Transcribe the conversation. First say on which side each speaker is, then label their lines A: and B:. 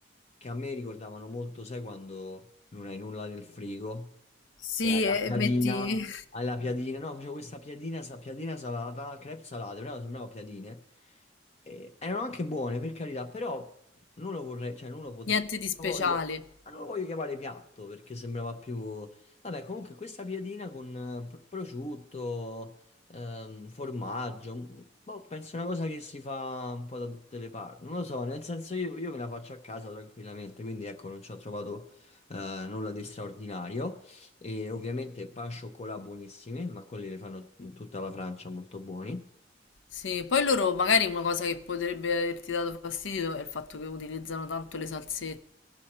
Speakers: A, on the left; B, on the left.
A: che a me ricordavano molto, sai, quando non hai nulla nel frigo.
B: Sì,
A: E alla
B: e
A: piadina,
B: metti <laughs>
A: alla piadina, no, facevo questa piadina, sa- piadina salata, crepe salate, però sembravano piadine. E erano anche buone, per carità, però non lo vorrei, cioè non lo potrei,
B: niente
A: lo
B: di speciale.
A: voglio, ma non lo voglio chiamare piatto perché sembrava più... Vabbè, comunque questa piadina con eh, pr- prosciutto, ehm, formaggio, m- boh, penso una cosa che si fa un po' da tutte le parti. Non lo so, nel senso io, io me la faccio a casa tranquillamente, quindi ecco, non ci ho trovato eh, nulla di straordinario. E ovviamente pan chocolat buonissimi, ma quelli le fanno in tutta la Francia molto buoni.
B: Sì, poi loro magari una cosa che potrebbe averti dato fastidio è il fatto che utilizzano tanto le salsette.